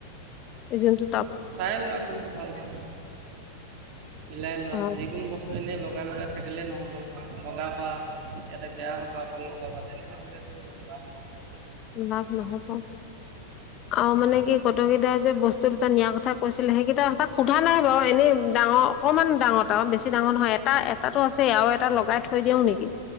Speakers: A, on the left (about 35°); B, on the right (about 40°).
A: এইজন তো
B: চাই লোৱা কোনটো ভাল হয় মিলাই লোৱা
A: অ
B: যিকোন বস্ত এনেই ল <unintelligible> লগাই লগাই থাকিলে নহব নহয় লগাবা ইয়াতে বেয়া হবা আকৌ লগাবা তেনেকে হলেতো যাম নহব নহয় <unintelligible>
A: লাভ নহব আৰু মানে কি কটোকেইটাৰ যে বস্তু নিয়া কথা কৈছিলে সেইকেইটা এক <unintelligible> সোধা নাই বাৰু এনেই ডাঙৰ অকণমান ডাঙৰ ত আৰু বেছি ডাঙৰ নহয় এটা এটাতটো আছে আৰু এটা লগাই থৈ দিও নেকি